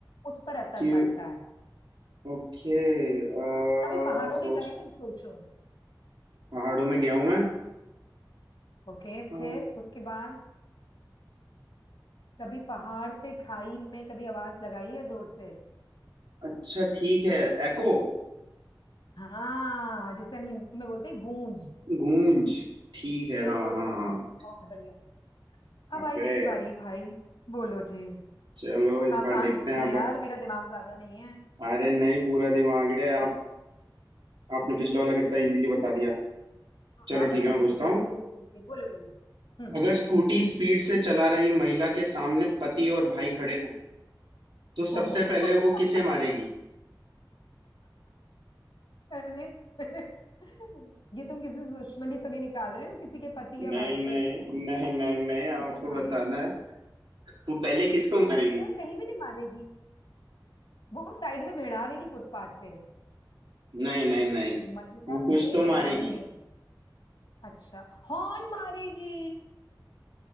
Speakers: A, on the left (about 80°); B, on the right (about 80°).
A: उस पर असर
B: कि
A: पड़ता है
B: ओके आ,
A: कभी पहाड़ों
B: सोच
A: में गए हो सोचो
B: पहाड़ों में गया हूं मैं
A: ओके
B: अ,
A: फिर उसके बाद कभी पहाड़ से खाई में कभी आवाज लगाई है जोर से
B: अच्छा ठीक है एको
A: हाँ जिसे हम हिंदी में बोलते हैं गूंज
B: गूंज ठीक है
A: बिल्कुल
B: हाँ हाँ
A: सही
B: हाँ
A: बहुत बढ़िया
B: पकड़े
A: अब आई मेरी बारी भाई बोलो जी
B: चलो इस
A: आसान
B: बार देखते
A: पूछना
B: हैं आप
A: यार
B: बत...
A: मेरा दिमाग ज्यादा नहीं है
B: अरे नहीं पूरा दिमाग है आप आपने पिछला वाला कितना इजीली बता दिया चलो
A: हाँ
B: ठीक
A: पता
B: है मैं
A: नहीं
B: पूछता
A: कितने
B: हूँ
A: क्लूज लेके बोलो बोलो हम्म
B: अगर स्कूटी स्पीड से चला रही महिला के सामने पति और भाई खड़े हों तो सबसे
A: ओहो
B: पहले
A: <laughs>
B: वो किसे मारेगी
A: अरे <laughs> ये तुम किसी से दुश्मनी तो नहीं निकाल रहे हो किसी के पति या
B: नहीं
A: भाई
B: नहीं
A: से
B: नहीं नहीं नहीं
A: अरे
B: आपको
A: किसे मारेगी
B: बताना
A: वो
B: है वो पहले
A: वो स्कूटी
B: किसको मारेगी
A: यार कहीं भी नहीं मारेगी वो साइड में भिड़ा देगी फुटपाथ पे
B: नहीं नहीं नहीं
A: महिला
B: वो
A: के
B: कुछ तो
A: सामने
B: मारेगी
A: अच्छा हॉर्न मारेगी